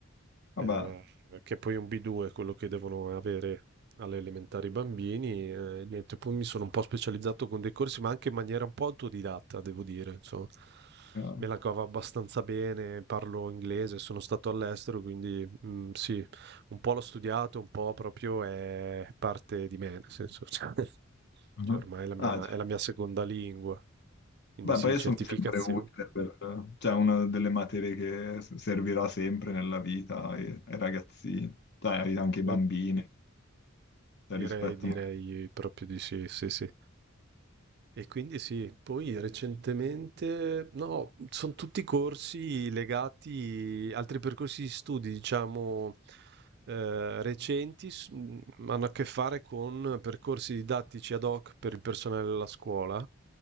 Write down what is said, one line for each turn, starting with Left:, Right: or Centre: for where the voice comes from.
Left: <laughs>
Right: eh,
Left: Vabbè.
Right: che è poi un B2 quello che devono avere alle elementari i bambini. eh, niente, poi mi sono un po' specializzato con dei corsi, ma anche in maniera un po' autodidatta, devo dire. Insomma,
Left: chiaro.
Right: me la cavo abbastanza bene, parlo inglese, sono stato all'estero, quindi mm, sì, un po' l'ho studiato, un po' proprio è parte di me, nel senso, <laughs> cioè,
Left: Mhm.
Right: cioè, ormai è la mia,
Left: Ah, cioè,
Right: è la mia seconda lingua. Quindi
Left: Beh,
Right: sì,
Left: poi
Right: certificazioni.
Left: sono sempre utile per... Cioè, una delle materie che s- servirà sempre nella vita ai, ai ragazzini, cioè ai- anche ai
Right: Eh,
Left: bambini, cioè,
Right: Direi,
Left: rispetto...
Right: direi proprio di sì, sì, sì. E quindi sì, poi recentemente, no, sono tutti corsi legati, altri percorsi di studi, diciamo, eh, recenti, s- mh, hanno a che fare con percorsi didattici ad hoc per il personale della scuola,